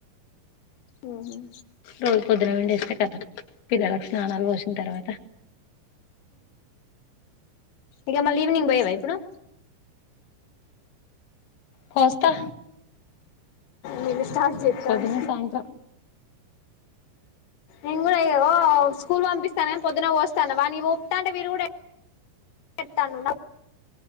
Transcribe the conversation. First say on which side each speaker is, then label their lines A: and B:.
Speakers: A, on the left (about 90°); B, on the left (about 65°).
A: అవునా.
B: రోజు పొద్దున పిండేస్కుంట కదా పిల్లలకు స్నానాలు పోసిన తర్వాత.
A: ఇంకా మళ్ళీ ఈవినింగ్ పోయవా ఇప్పుడు.
B: పోస్తా
A: నేను స్టార్ట్ చెస్తాను.
B: పొద్దున సాయంత్రం
A: నేను కూడా ఇంకా వో స్కూల్ పంపిస్తానని పొద్దున్న పోస్తాన్నా వాడికి పోస్తా ఉంటే వీడు కూడా. పెడతాను.